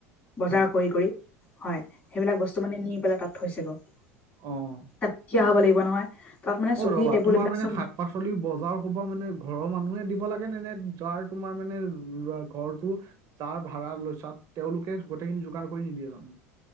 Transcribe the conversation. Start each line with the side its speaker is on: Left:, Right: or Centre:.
Left: বজাৰ
Right: হয়,
Left: কৰি-কৰি, হয়। সেইবিলাক বস্তু মানে নি পেলাই তাত থৈছেগৈ। তাত
Right: অ',
Left: থিয়া হ'ব লাগিব নহয়, তাত মানে
Right: অ',
Left: চকী
Right: ৰ'বা
Left: টেবুল
Right: তোমাৰ
Left: এইবিলাক
Right: মানে
Left: চব
Right: শাক পাচলি বজাৰ সোপা মানে ঘৰৰ মানুহে দিব লাগে নে নে যাৰ তোমাৰ মানে ঘৰটো? যাৰ ভাড়া লৈছা তেওঁলোকে গোটেইখিনি যোগাৰ কৰি নিদিয়ে জানো?